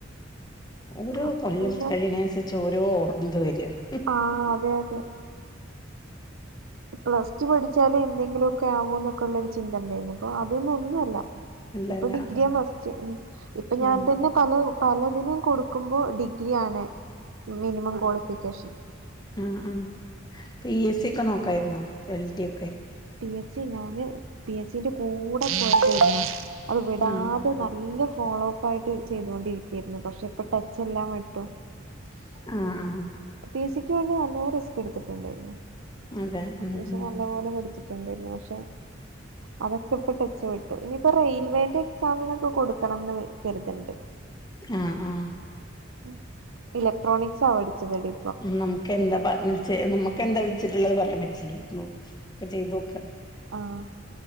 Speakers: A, on the left (about 20°); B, on the right (about 85°).
A: ഓരോ
B: അപ്പൊ
A: കൊല്ലം
B: പിന്നെ
A: കഴിണേസരിച്ച് ഓരോ ഓ ന്ത്‌ വരാണ്
B: ആ അതെ അതെ പ്ലസ് റ്റു പഠിച്ചാലേ എന്തെങ്കിലൊക്കെ ആവൂ ന്നൊക്ക ഇള്ളൊരു ചിന്ത ഇണ്ടേര്നു ഇപ്പൊ അത് ഒന്നും ഒന്നുല്ല
A: അല്ലല്ല
B: ഇപ്പൊ ഡിഗ്രിയ മസ്റ്റ് ഉം ഇപ്പ ഞാൻ
A: ഉം
B: തന്നെ പല പലതിനും കൊടുക്കുമ്പോ ഡിഗ്രി യാൺ മിനിമം ക്വാളിഫിക്കേഷൻ
A: ഉം ഉം പി എസ്സി ഒക്കെ നോക്കാര്‌ന്നോ എൽ ഡി ഒക്കെ
B: പി എസ്സി ഞാന് പി എസ്റ്റി ന്റെ കൂട പോയതേര്ന്നു അത് വിടാതെ
A: ആഹ്
B: നല്ല ഫോളോ പ്പായിട്ട് ചെയ്തോണ്ടിരിക്യാര്ന്നു പക്ഷെ ഇപ്പ ടച്ച് എല്ലാം വിട്ടു
A: ആഹ് ആഹ്
B: പി എസ്സി ക്ക്‌ വേണ്ടി നല്ലോ റിസ്ക് ഇട്ത്ത്ട്ട് ഇണ്ടേര്ന്നു
A: അതെ
B: അത്യാവശ്യം
A: ഉം ഉം
B: നല്ല പൊലേ പഠിച്ചി ട്ടുണ്ടാര്ന്നു പക്ഷെ അതൊക്ക ഇപ്പ ടച്ച് വിട്ടു ഇനിയിപ്പോ റെയിൽവേന്റെ എക്സാമിനൊക്കെ കൊടുക്കണംന്ന് വി കര്ത്ണ്ട്
A: ആഹ് ആഹ്
B: ഉം ഇലക്ട്രോണിക്സാ പഠിച്ച തെടി
A: നമ്ക്ക് എന്താ പറ ന്ന്ച്ച് നമ്മക്കെന്താ വിദ്ച്ച് ട്ട്ള്ളത് പറയാപറ്റില്ല ഒക്ക ചെയ്തോ
B: ആഹ്